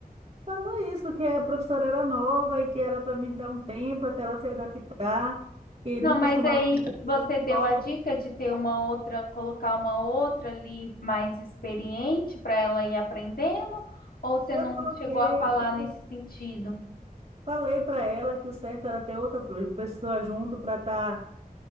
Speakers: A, on the right; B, on the left.
A: Falou isso, que a professora era nova e que era para me dar um tempo até ela se adaptar, que
B: Não,
A: não
B: mas
A: costumava
B: aí
A: acontecer
B: você
A: na escola.
B: deu a dica de ter uma outra, colocar uma outra ali mais experiente para ela ir aprendendo, ou você
A: Eu
B: não
A: coloquei,
B: chegou a falar
A: eu
B: nesse sentido?
A: falei para ela que o certo era ter outra pessoa junto para estar